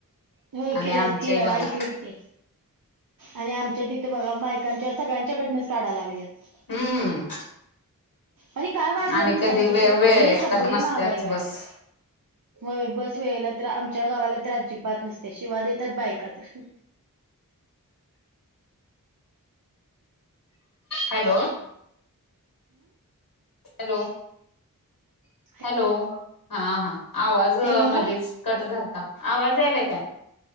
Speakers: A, on the right; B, on the left.
A: व्हय
B: आणि
A: केल्यात
B: आमचे
A: की
B: बघा
A: ऐकलं कि ते आणि आमच्या तिथं बघा बायकांच्या सगळ्यांच्याकडनच काढा लागल्यात
B: हम्म
A: आणि काय वाढलं
B: आणि
A: नाही
B: कधी
A: सांग ब
B: वे
A: सगळी
B: वेळेत
A: सगळी
B: तर नसत्याच
A: महागाई वाढली.
B: बस.
A: होय बस वेळेला तर आमच्या गावाला तर अजिबात नसते शिवाद येतात बायका तर
B: हॅलो हॅलो
A: ह
B: हॅलो हा हा आवाज
A: हॅलो
B: मध्येच कट झालता आवाज यालाय काय?